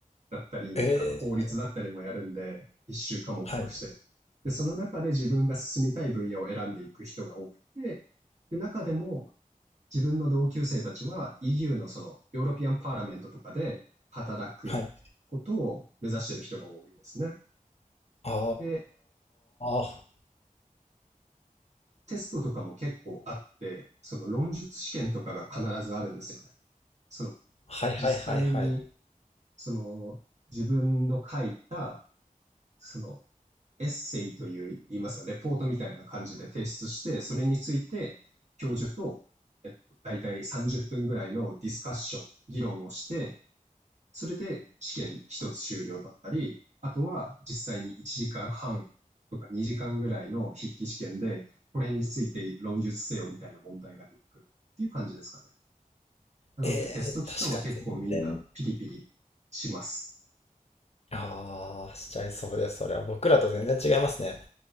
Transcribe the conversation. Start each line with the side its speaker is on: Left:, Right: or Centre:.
Right: だったり、
Left: えー
Right: あの法律だったりもやるんで、一修科目として。
Left: はい。
Right: で、その中で自分が進みたい分野を選んでいく人が多くて、で、中でも自分の同級生たちは EU のそのヨーロピアンパーラメントとかで働くことを目指している人が多いですね。
Left: はい。ああ、
Right: で、
Left: は
Right: テストとかも結構あって、その論述試験とかが必ずあるんですよね。その
Left: いはいはいはい。
Right: 実際にその自分の書いたそのエッセイという言いますか、レポートみたいな感じで提出して、それについて教授と、えっと、大体30分ぐらいのディスカッション、議論をして、それで試験一つ終了だったり、あとは実際に1時間半とか2時間ぐらいの筆記試験で、これについて論述せよみたいな問題が出てくるっていう感じですかね。なのでテスト期間は結構みんなピリピリします。
Left: えー確かに全然、ああ、しちゃいそうです。それは僕らと全然違いますね。